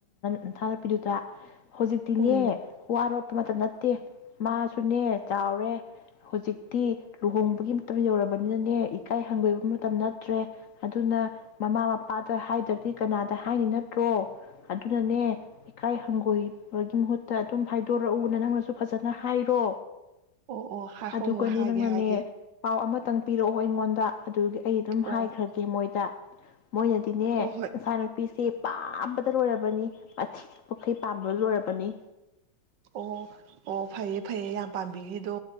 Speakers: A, on the left; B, on the right.
A: ꯅꯆꯥꯅꯨꯄꯤꯗꯨꯗ ꯍꯧꯖꯤꯛꯇꯤꯅꯦ
B: ꯎꯝ
A: ꯋꯥꯔꯣꯠꯄ ꯃꯇꯝ ꯅꯠꯇꯦ ꯃꯥꯁꯨꯅꯦ ꯆꯥꯎꯔꯦ ꯍꯧꯖꯤꯛꯇꯤ ꯂꯨꯍꯣꯡꯕꯒꯤ ꯃꯇꯝ ꯌꯧꯔꯕꯅꯤꯅꯅꯦ ꯏꯀꯥꯏ ꯍꯪꯒꯣꯏꯕ ꯃꯇꯝ ꯅꯠꯇ꯭ꯔꯦ ꯑꯗꯨꯅ ꯃꯃꯥ ꯃꯄꯥꯗ ꯍꯥꯏꯗ꯭ꯔꯗꯤ ꯀꯅꯥꯗ ꯍꯥꯏꯅꯤ ꯅꯠꯇ꯭ꯔꯣ ꯑꯗꯨꯅꯅꯦ ꯏꯀꯥꯏ ꯍꯪꯒꯣꯏ ꯒꯤ ꯃꯍꯨꯠꯇ ꯑꯗꯨꯝ ꯍꯥꯏꯗꯣꯔꯛꯎꯅ ꯅꯪꯅꯁꯨ ꯐꯖꯅ ꯍꯥꯏꯔꯣ
B: ꯑꯣ ꯑꯣ ꯍꯣꯏ
A: ꯑꯗꯨꯒꯅꯦ
B: ꯍꯣꯏ ꯍꯥꯏꯒꯦ
A: ꯅꯪꯅꯅꯦ
B: ꯍꯥꯏꯒꯦ
A: ꯄꯥꯎ ꯑꯃ ꯈꯤꯇꯪ ꯄꯤꯔꯛꯑꯣ ꯑꯩꯉꯣꯟꯗ ꯑꯗꯨꯒꯤ ꯑꯩ ꯑꯗꯨꯝ
B: ꯑꯣ
A: ꯍꯥꯏꯈ꯭ꯔꯒꯦ ꯃꯣꯏꯗ ꯃꯣꯏꯅꯗꯤꯅꯦ
B: ꯍꯣꯏ ꯍꯣꯏ
A: ꯃꯆꯥꯅꯨꯄꯤꯁꯤ ꯄꯥꯝꯕꯗ ꯂꯣꯏꯔꯕꯅꯤ ꯃꯊꯤ ꯃꯈꯩ ꯄꯥꯝꯕꯗ ꯂꯣꯏꯔꯕꯅꯤ ꯄꯅꯤ
B: ꯑꯣ ꯑꯣ ꯐꯩꯌꯦ ꯐꯩꯌꯦ ꯌꯥꯝ ꯄꯥꯝꯕꯤꯈꯤꯗꯣ